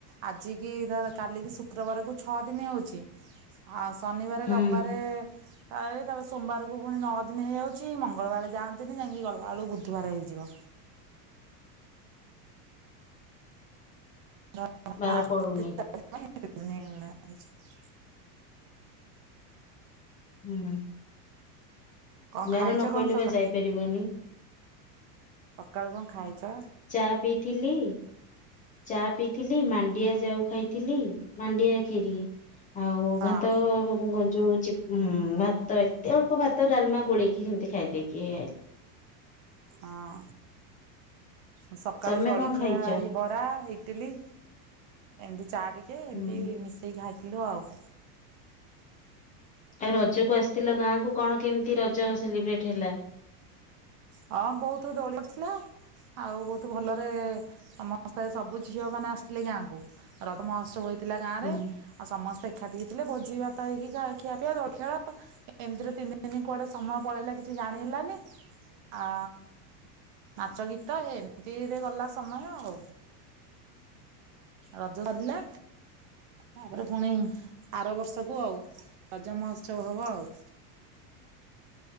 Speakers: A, on the right; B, on the left.
A: ଆଜି କିି ଧର କାଲ କିି ଶୁକ୍ରବାରକୁ। ଛଅ ଦିନି ହଉଛି ଆଉ ଶନିବାରେ
B: ହୁଁ
A: ରବିବାରେ। ତା ରେ ତାପରେ ସୋମବାର କୁ ପୁଣି ନଅ ଦିନ ହେଇ ଯାଉଛି ମଙ୍ଗଳ ବାରେ ଯାଆନ୍ତିନି ଯାଇଁକି ଗଲାବେଳକୁ ବୁଧବାର ହେଇଯିବ। <unintelligible>
B: ବାର ପଡୁନି ହୁଁ
A: କଣ
B: ବାର
A: ଖାଇଛ
B: ନ
A: କଣ
B: ପଇଲେ
A: ସକାଳୁ
B: ବା ଯାଇ ପାରିବନି।
A: ସକାଳୁ କଁ ଖାଇଛ।
B: ଚା ପିଇଥିଲି। ଚା ପିଇଥିଲି ମାଣ୍ଡିଆ ଯାଉ ଖାଇଥିଲି ମାଣ୍ଡିଆ ଖରି। ଆଉ
A: ହଁ
B: ଭାତ ଗ ଯୋଉୁଁ ଚି କ୍ ଭାତ ଏତେ ଅଳ୍ପ ଭାତ ଡାଲମା ଗୋଳେଇକି ସେମିତି ଖାଇ ଦେଇକି ହେଇ ଆଇଲି।
A: ହଁ। ହଁ ସକାଳେ
B: ତମେ
A: ଜଳଖିଆ
B: କଣ ଖାଇଛ?
A: ଏଇ ବରା ଇଟିଲି। ଏମତି ଚା ଟିକେ
B: ହୁଁ
A: ଏମିତି ମିଶେଇକି ଖାଇଥିଲୁ ଆଉ।
B: ଆଉ ରଜ କୁ ଆସି ଥିଲ ଗାଁ କ କଣ କେମିତି ରଜ ସେଲିବ୍ରେଟ ହେଲା।
A: ହଁ ବହୁତ ଦୋଳି ଥିଲା। ଆଉ ବହୁତ୍ ଭଲରେ ସମସ୍ତେ ସବୁ ଝିଅମାନେ ଆସିଥିଲେ ଗାଁକୁ। ରଜ ମହୋତ୍ସବ ହୋଇଥିଲା ଗାଁ
B: ହୁଁ
A: ରେ। ଆଉ ସମସ୍ତେ ଏକାଠି ହେଇଥିଲେ। ଭୋଜି ଭାତ ହେଇକି ଖା ଖିଆ ପିଆ ଦୋଳି ଖେଳ ଏମିତିରେ ତିନି ଦିନି କୁଆଡେ ସମୟ ପଳେଇଲା କିଛି ଜାଣି ହେଲାନି। ଆ ନାଚ ଗୀତ ଏମିତିରେ ଗଲା ସମୟ ଆଉ। ରଜ ସରିଲା। ତାପରେ ପୁଣି ଆର ବର୍ଷକୁ ଆଉ ରଜ ମହୋତ୍ସବ ହବ ଆଉ।